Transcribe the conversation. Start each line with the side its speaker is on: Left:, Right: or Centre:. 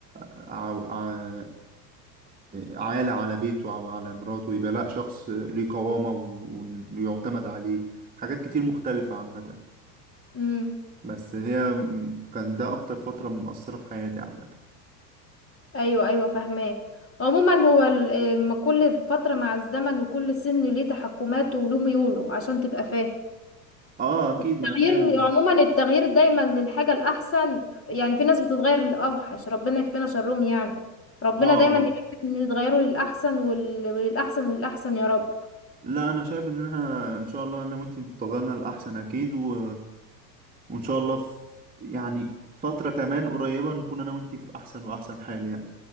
Right: ع- ع- عالة على بيته أو على مراته يبقى لأ شخص ليه قوامة و- ويعتمد عليه حاجات كتير مختلفة عامة
Left: امم
Right: بس هي كان ده أكتر فترة مؤثرة في حياتي عامة
Left: ايوه ايوه فاهماك عموما هو ال- إيه، ما كل فتره مع الزمن وكل سن ليه تحكماته وله ميوله عشان تبقى فاهم
Right: اه اكيد
Left: التغيير
Right: ما انا فاهم
Left: عموما التغيير دايما للحاجه الاحسن يعني في ناس بتتغير للاوحش ربنا يكفينا شرهم يعني ربنا
Right: اه
Left: دايما
Right: اه
Left: يتغيروا للاحسن وال- وللاحسن والاحسن يا رب
Right: لا انا شايف ان احنا ان شاء الله انا وانت اتفقنا الاحسن اكيد و... وان شاء الله في يعني فترة كمان قريبة نكون انا وانت في احسن واحسن حال